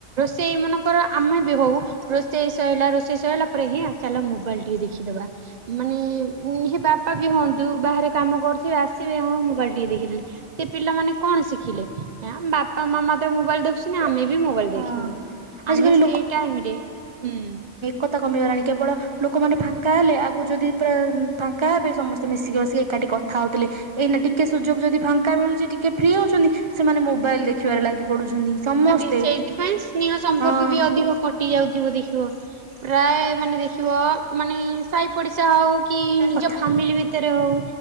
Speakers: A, on the right (about 85°); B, on the right (about 30°).
A: ସେଇ ମାନଙ୍କର ଆମେ ବି ହଉ ରୋଷେଇ ସରିଲା ରୋଷେଇ ସରିଲା ପରେ ହିଁ ଚାଲ ମୋବାଇଲ ଟିକେ ଦେଖିଦେବା। ମାନେ ଉଁ ବାପାବି ହୁଅନ୍ତୁ ବାହାରେ କାମ କରୁଥିବେ ଆସିବେ ହଁ ମୁ ମୋବାଇଲି ଟିକେ ଦେଖିଦେଲେ ସେ ପିଲାମାନେ କଣ ଶିଖିଲେ ବାପା ମାମା ତ ମୋବାଇଲି ଦେଖୁଛ ଆମେ ବି ମୋବାଇଲି ଦେଖିବୁ
B: ହଁ ଆଜିକାଲି
A: ଆମେ ସେଇ ଟାଇମରେ ହୁଁ
B: କଥା କମି ଗଲାଣି କେବଳ ଲୋକମାନେ ଫାଙ୍କା ହେଲେ ଆଗରୁ ଯଦି ପୁରା ଫାଙ୍କା ହେବେ ସମସ୍ତେ ମିଶିକି ବସିକି ଏକାଠି ଖାଉଥିଲେ ଏଇନା ଟିକେ ସୁଯୋଗ ଯଦି ଫାଙ୍କା ମିଳୁଛି ଟିକେ ଫ୍ରି ହଉଛନ୍ତି ସେମାନେ ମୋବାଇଲି ଦେଖିବାରେ ଲାଗି ପୁଡୁଛନ୍ତି ସମସ୍ତେ
A: ସେଇଥି ପାଇଁ ସ୍ନେହ ସମ୍ପର୍କ
B: ହଁ
A: ବି ଅଧିକ କଟି ଯାଉଥିବ ଦେଖିବ। ପ୍ରାୟ ମାନେ ଦେଖିବ ମାନେ ସାହି ପଡିଶା ହଉ କି ନିଜ
B: କଥା
A: ଫାମିଲି ଭି ଭିତରେ ହଉ